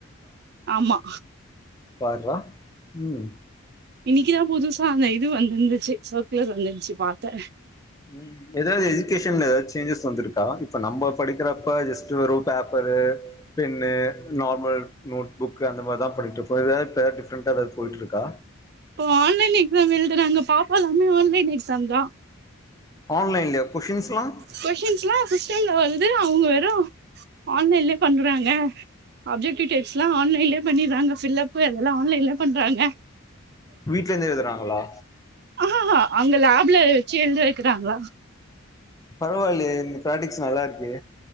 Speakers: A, on the right (about 50°); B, on the left (about 15°).
A: ஆமா
B: பார்ரா ம்
A: இன்னைக்குதா புதுசா அந்த இது வந்துந்துச்சு சர்க்குலர் வந்துந்துச்சு பாத்தே
B: ம் ஏதாவது எஜுகேஷன்ல எதாச்சு சேஞ்சஸ் வந்துருக் க இப்ப நம்ம படிக்கிறப்ப ஜஸ்ட் ஒரு paper pen normal notebook அந்த மாரிதா பண்ணிட்டு இருப்போ எதாவது இப்ப டிஃப்ரெண்டா எதாவது போயிட்டு இருக்கா
A: இப்போ ஆன்லைன் எக்ஸாம் எழுதுறாங்க பாப்பா எல்லாமே ஆன்லைன் எக்ஸாம் தா
B: ஆன்லைன்லையா கொஷின்ஸ்லா
A: கொஷின்ஸ்லா சிஸ்டம்ல வருது அவங்க வெறு ஆன்லைன்லயே பண்றாங்க ஆப்ஜெக்டிவ் டைப்ஸ்லா ஆன்லைன்லே பண்ணிறாங்க ஃபில் அப்பு அதெல்லா ஆன்லைனலே பண்றாங்க
B: வீடல இருந்து எழுதுறாங்களா
A: ஆஹஹா அங்க லேப்ல வெச்சு எழுத வெக்கிறாங்க
B: பரவாயில்லயே இந்த ப்ராடக்ட்ஸ் நல்லா இருக்கே